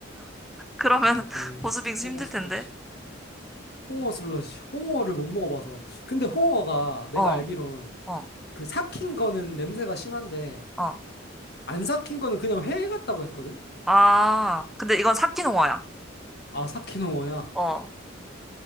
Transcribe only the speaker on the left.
빙수대.
홍어
슬러시.
홍어 슬러시. 홍어를 못 먹어봐서. 근데 홍어가
내가
알기론
그 삭힌 거는 냄새가 심한데
안 삭힌 거는 그냥 회 같다고 했거든.
아 삭힌 홍어야.